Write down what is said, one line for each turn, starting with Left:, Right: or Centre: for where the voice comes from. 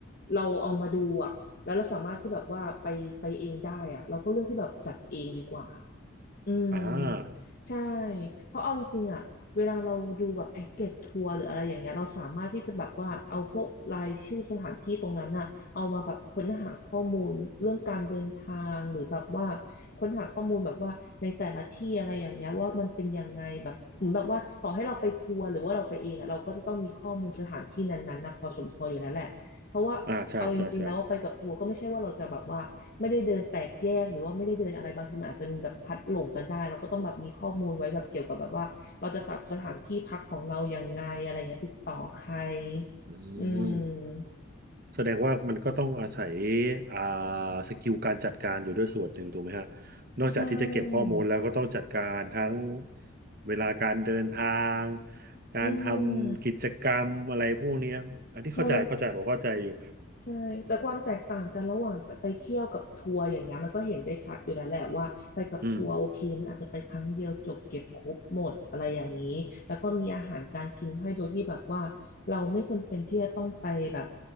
Left: เราเอามาดูอะแล้วเราสามารถที่แบบว่าไปไปเองได้อะเราก็เลือกที่แบบจัดเองดีกว่า อืม
Right: อ่า
Left: ใช่เพราะเอาจริงๆอะเวลาเราดูแบบแพ็กเกจทัวร์หรืออะไรอย่างเงี้ยเราสามารถที่จะแบบว่าเอาพวกรายชื่อสถานที่ตรงนั้นน่ะเอามาแบบค้นหาข้อมูลเรื่องการเดินทางหรือแบบว่าค้นหาข้อมูลแบบว่าในแต่ละที่อะไรอย่างเงี้ยว่ามันเป็นยังไงแบบเหมือนแบบว่าต่อให้เราไปทัวร์หรือว่าเราไปเองอะเราก็จะต้องมีข้อมูลสถานที่นั้นๆนะพอสมควรอยู่แล้วแหละเพราะว่าเอาจริงๆแล้วว่าไปกับทัวร์ก็ไม่ใช่ว่าเราจะแบบว่า
Right: อ่าใช่ใช่ใช่
Left: ไม่ได้เดินแตกแยกหรือว่าไม่ได้เดินอะไรบางทีมันอาจจะมีแบบพัดหลงกันได้เราก็ต้องแบบมีข้อมูลไว้แบบเกี่ยวกับแบบว่าเราจะกลับสถานที่พักของเรายังไงอะไรเงี้ยติดต่อใคร
Right: อืม
Left: อืม
Right: แสดงว่ามันก็ต้องอาศัยอ่าสกิลการจัดการอยู่ด้วยส่วนหนึ่งถูกไหมฮะนอกจากที่จะเก็บข้อมูลแล้วก็ต้องจัดการทั้ง
Left: ใช่
Right: เวลาการเดินทางการทำกิจกรรมอะไรพวกเนี้ยอันที่เข้าใจเข้าใจผมเข้าใจอยู่
Left: อืมใช่ ใช่แต่ความแตกต่างกันระหว่างไปเที่ยวกับทัวร์อย่างเงี้ยมันก็เห็นได้ชัดอยู่แล้วแหละว่าไปกับทัวร์โอเคมันอาจจะไปครั้งเดียวจบเก็บครบหมดอะไรอย่างนี้แล้วก็มีอาหารจานกินให้โดยที่แบบว่าเราไม่จำเป็นที่จะต้องไปแบบ
Right: อืม